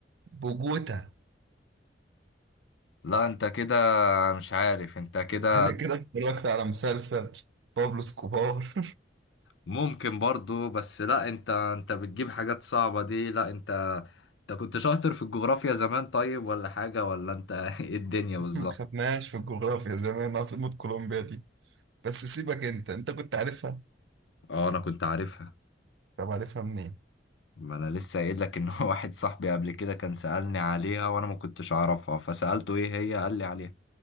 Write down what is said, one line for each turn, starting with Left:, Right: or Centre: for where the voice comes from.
Right: بوجوتا
Left: لا انت كده مش عارف انت كده
Right: انا كده اتفرجت على مسلسل بابلو سكوبار
Left: ممكن برضو بس لا انت انت بتجيب حاجات صعبة دي لا انت انت كنت شاطر في الجغرافيا زمان طيب ولا حاجة ولا انت <laughs> ايه الدنيا بالظبط
Right: <laughs> ما خدناهاش في الجغرافيا زمان عاصمة كولومبيا دي بس سيبك انت انت كنت عارفها
Left: اه انا كنت عارفها
Right: طب عارفها منين؟
Left: ما انا لسه قايل لك ان هو <laughs> واحد صاحبي قبل كده كان سألني عليها وانا ما كنتش اعرفها فسألته ايه هي قال لي عليها